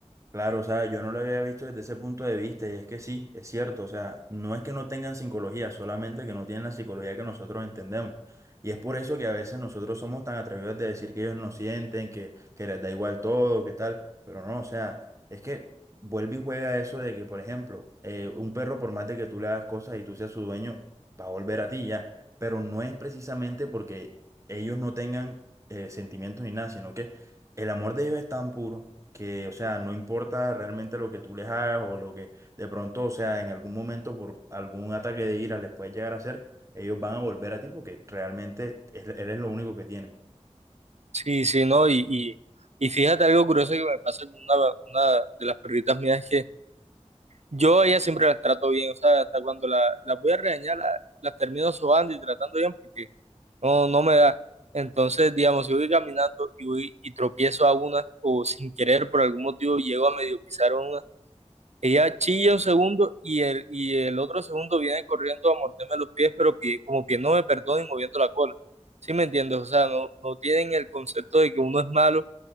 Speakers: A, on the right; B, on the right.
A: Claro, o sea, yo no lo había visto desde ese punto de vista y es que sí, es cierto, o sea, no es que no tengan psicología, solamente que no tienen la psicología que nosotros entendemos. Y es por eso que a veces nosotros somos tan atrevidos de decir que ellos no sienten, que, que les da igual todo, que tal, pero no, o sea, es que vuelve y juega eso de que, por ejemplo, eh, un perro por más de que tú le hagas cosas y tú seas su dueño, va a volver a ti ya, pero no es precisamente porque ellos no tengan eh, sentimientos ni nada, sino que el amor de ellos es tan puro que, o sea, no importa realmente lo que tú les hagas o lo que de pronto, o sea, en algún momento por algún ataque de ira les puedes llegar a hacer, ellos van a volver a ti porque realmente es- eres lo único que tienen.
B: Sí, sí, ¿no? Y, y, y fíjate algo curioso que me pasa con una, una de las perritas mías es que yo a ellas siempre las trato bien, o sea, hasta cuando la- las voy a regañar, la- las termino sobando y tratando bien porque no, no me da. Entonces, digamos, si voy caminando y voy y tropiezo a una o sin querer por algún motivo llego a medio pisar a una, ella chilla un segundo y el, y el otro segundo viene corriendo a morderme los pies, pero pie- como que no me perdona y moviendo la cola. ¿Sí me entiendes? O sea, no, no tienen el concepto de que uno es malo